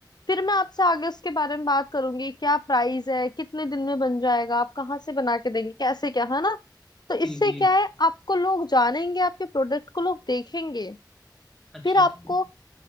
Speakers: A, on the left; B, in the centre.
A: फिर मैं आपसे आगे उसके बारे में बात करूंगी क्या प्राइस है कितने दिन में बन जाएगा आप कहाँ से बना के देंगे कैसे क्या है ना तो
B: जी
A: इससे
B: जी
A: क्या है आपको लोग जानेंगे आपके प्रोडक्ट को लोग देखेंगे
B: अच्छा
A: फिर आपको
B: तो